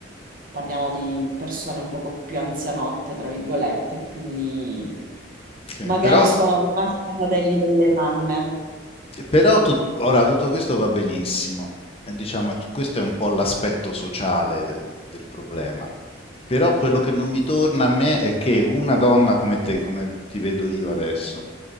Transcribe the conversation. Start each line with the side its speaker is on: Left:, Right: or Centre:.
Right: parliamo di persone un poco più anzianotte, tra virgolette, quindi
Left: sì.
Right: magari
Left: Però
Right: sono rimaste ai modelli delle mamme.
Left: Però tut- ora tutto questo va benissimo, e diciamo, t- questo è un po' l'aspetto sociale del, del problema. Però quello che non mi torna a me è che una donna come te, come ti vedo io adesso,